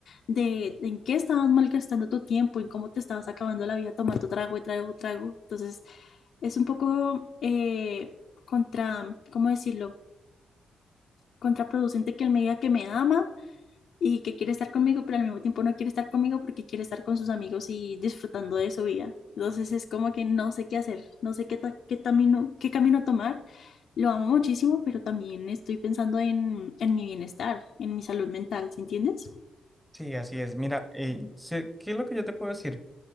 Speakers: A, on the left; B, in the centre.
A: de, de en qué estabas malgastando tu tiempo, en cómo te estabas acabando la vida tomando trago y trago, trago. Entonces, es un poco eh, contra, ¿cómo decirlo? contraproducente que él me diga que me ama y que quiere estar conmigo, pero al mismo tiempo no quiere estar conmigo porque quiere estar con sus amigos y disfrutando de su vida. Entonces es como que no sé qué hacer, no sé qué, qué, camino, qué camino tomar. Lo amo muchísimo, pero también estoy pensando en, en mi bienestar, en mi salud mental, ¿sí entiendes?
B: Sí, así es. Mira, eh, sé- ¿qué es lo que yo te puedo decir?